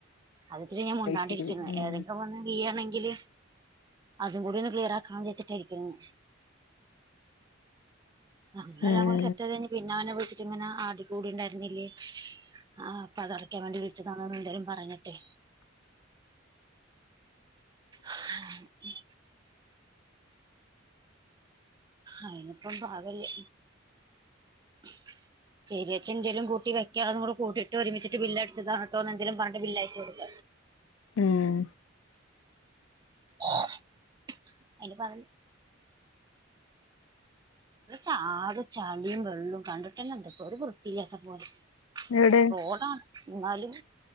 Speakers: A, on the right (about 20°); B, on the left (about 85°).
A: അത്ത്തിരി ഞാൻ മുണ്ടാണ്ടിരിക്കുന്നു
B: അയ്ശരി ഉം
A: ഏതെങ്കിലും വന്ന് വീയണെങ്കില് അതും കൂടി ഒന്ന് ക്ലിയർ ആ ച്ചി ട്ടിരിക്കുന്നു അങ്ങനെ
B: ഉം
A: എല്ലാം കൂടെ സെറ്റ് <unintelligible> പിന്നെ അവനെ വിളിച്ചിട്ട് ഇങ്ങെ ആട കൂടി ഉണ്ടായിരുന്നില്ലേ ആ അപ്പൊ അതടക്കാൻ വേണ്ടി വിളിച്ചതാണന്ന് എന്തേലും പറഞ്ഞിട്ടെ ഹാ ഉം അയിനിപ്പം എന്താ വാവല്ലേ <unintelligible> എന്തേലും കൂട്ടി വെക്കാ കൂട്ടിയിട്ട് ഒരുമിച്ചിട്ട് ബില്ല്ടി അടിക്ക ഇതാണ് കേട്ടോന്ന് എങ്കിലും പറഞ് കൊണ്ട് ബില്ലയച്ചു കൊടുക്ക
B: ഉം
A: അയിന്റെ പക ഇവിടെയൊക്കെ ആകെ ചളിയും വെള്ളവും കണ്ടിട്ട് തന്നെ എന്തൊക്കെ ഒരു വൃത്തില്ലാത്ത പോലെ
B: എവിടെ
A: റോഡാ എന്നാലും